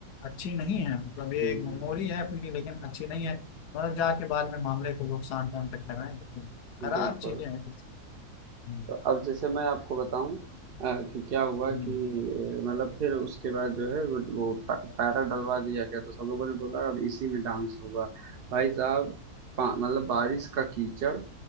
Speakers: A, on the left; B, on the right.
A: अच्छी नहीं है मतलब ये
B: हुँ,
A: एक मेमोरी
B: हुँ, हुँ।
A: है अपनी लेकिन अच्छी नहीं है मतलब जाके बाद में मामले को लोग शांत तक कराएं लेकिन खराब
B: बिल्कुल।
A: चीजें हैं हम्म,
B: तो अब जैसे मैं आपको बताऊं अ, कि क्या हुआ
A: हम्म।
B: कि अ, मतलब फिर उसके बाद जो है वो, वो पा- पैरा डलवा दिया गया तो सब लोगों ने बोला अब इसी में डांस होगा भाई साहब पा- मतलब बारिश का कीचड़